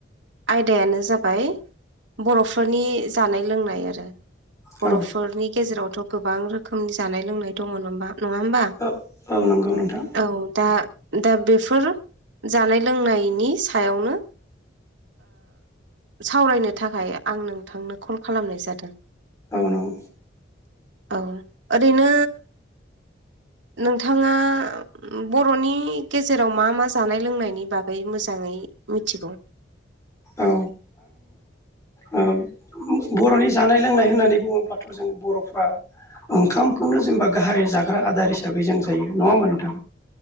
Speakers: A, on the right; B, on the left.
A: आयदायानो जाबाय बर'फोरनि जानाय लोंनाय आरो बर'फोरनि
B: औ
A: गेजेरावथ' गोबां रोखोमनि जानाय लोंनाय दङ नङा होनबा?
B: औ औ नंगौ नोंथां
A: औ दा दा बेफोर जानाय लोंनायनि सायावनो सावरायनो थाखाय आं नोंथांनो कल खालामनाय जादों
B: ओ नोंगौ
A: औ ओरैनो नोंथाङा बर'नि गेजेराव मा मा जानाय लोंनायनि बागै मोजाङै मिथिगौ?
B: औ आं बर'नि जानाय लोंनाय होननानै बुङोब्लाथ' जों बर'फ्रा ओंखामखौनो जेनेबा गाहाय जाग्रा आदार हिसाबै जों जायो नङा होमबा नोंथां?